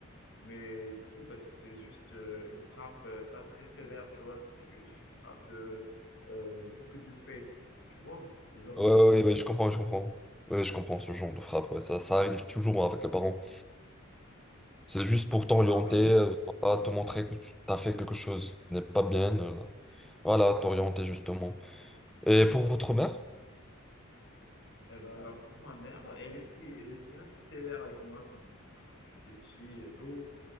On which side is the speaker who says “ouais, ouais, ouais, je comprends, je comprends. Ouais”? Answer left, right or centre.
Centre